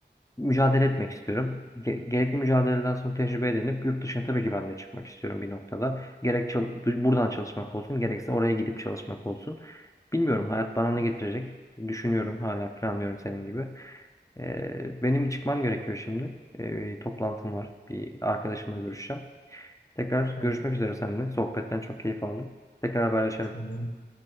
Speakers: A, on the left (about 20°); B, on the left (about 85°).
A: mücadele etmek istiyorum. Ge- gerekli mücadeleden sonra tecrübe edinip yurt dışına tabii ki ben de çıkmak istiyorum bir noktada. Gerek çal- du- buradan çalışmak olsun, gerekse oraya gidip çalışmak olsun. Bilmiyorum hayat
B: Hı hı.
A: bana ne getirecek. Düşünüyorum hala planlıyorum senin gibi. Ee, benim çıkmam gerekiyor şimdi. Ee, bir toplantım var. Bir arkadaşımla görüşeceğim. Tekrar
B: Tamam.
A: görüşmek üzere seninle. Sohbetten çok keyif aldım. Tekrar haberleşelim.
B: Tamam.